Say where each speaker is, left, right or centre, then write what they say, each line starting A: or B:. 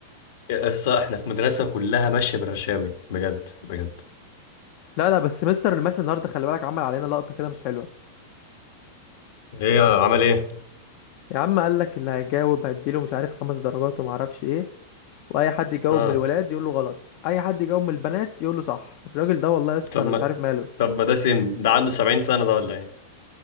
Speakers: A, on the left; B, on the left.
A: الص- احنا في مدرسة كلها ماشية بالرشاوي بجد بجد
B: لا لا بس مستر الماس النهارده خلي بالك عمل علينا لقطه كده مش حلوه
A: ايه عمل ايه
B: يا عم قال لك اللي هيجاوب هديله مش عارف خمس درجات وما اعرفش ايه واي حد يجاوب
A: اه
B: من الولاد يقول له غلط اي حد يجاوب من البنات يقول له صح الراجل ده والله يا اسطى
A: طب
B: انا
A: ما
B: مش عارف ماله
A: طب ما ده سم ده عنده 70 سنة ده ولا ايه؟